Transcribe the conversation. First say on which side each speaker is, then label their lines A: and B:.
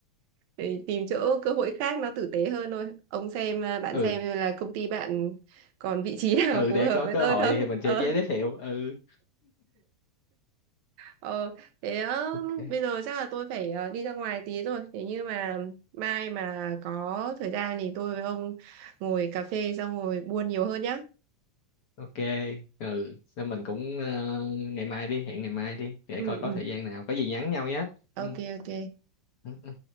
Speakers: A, on the right (about 80°); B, on the left (about 55°).
A: để tìm chỗ cơ hội khác nó tử tế hơn thôi ông xem à, bạn
B: ừ
A: xem là công ty bạn còn vị trí nào
B: Ừ,
A: <laughs> phù
B: để
A: hợp
B: có
A: với
B: cơ
A: tôi
B: hội
A: không
B: thì mình sẽ
A: ờ
B: giới thiệu ừ
A: ờ thế ờ,
B: ok
A: bây giờ chắc là tôi phải ờ, đi ra ngoài tí rồi thế nhưng mà mai mà có thời gian thì tôi với ông ngồi cà phê xong ngồi buôn nhiều hơn nhá
B: ok ừ Nên mình cũng ờ, ngày mai đi hẹn ngày mai đi để
A: ừ
B: coi có
A: ừ
B: thời gian nào có gì nhắn nhau nhé ừ.
A: ok ok
B: ừ. ừ.